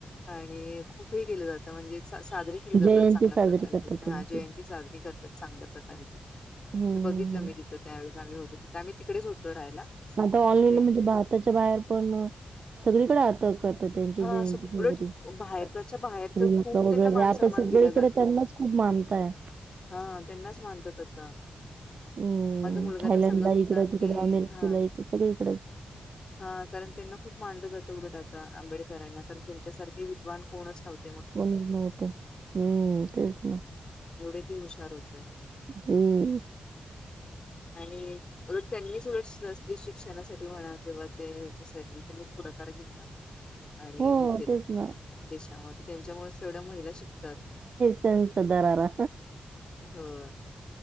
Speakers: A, on the left; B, on the right.
A: आणि खूप हे केलं जातं म्हणजे साजरे केले जातात
B: जयंती
A: चांगल्या
B: साजरी
A: प्रकारे.
B: करतात त्यांची
A: हा जयंती साजरी करतात. चांगल्या प्रकारे तिथं ते
B: हम्म
A: बघितलं मी तिथं त्यावेळेस आम्ही होतो तिथं आम्ही तिकडेच होतो राहायला.
B: आता ऑनलाईनला
A: तर ते
B: म्हणजे भारताच्या बाहेर पडण. सगळीकडे आता करतात त्यांची
A: हा
B: जयंती
A: सगळ
B: साजरी
A: उलट
B: शीलंका
A: बाहेरच्या बाहेर तर खूप त्यांना
B: वगैरे
A: मान
B: आता
A: सन्मान
B: सगळीकडे.
A: दिला जातो.
B: त्यांनाच खूप मानताय.
A: हा त्यांनाच मानतात आता.
B: हम्म.
A: माझा मुलगा
B: थायलंडला
A: तर सांगत होता
B: इकडं
A: कि
B: तिकडं अमेरिकेला
A: हा.
B: इकडं सगळं इकडं
A: हा कारण त्यांना खूप मांडलं जातं उलट आता आंबेडकरांना कारण त्यांच्यासारखे विद्वान कोणच नव्हत
B: कोणीच नव्हत हम्म तेच ना
A: एवढे ते हुशार होते
B: हम्
A: आणि त्यांनीच शिक्षणासाठी म्हणा किंवा ते हच्यासाठी त्यांनी पुढाकार घेतला आणि
B: हो,
A: हे केलं
B: तेच ना.
A: देशामध्ये त्यांच्यामुळेच तेवढ्या महिला शिकतात
B: सनसधररा
A: हम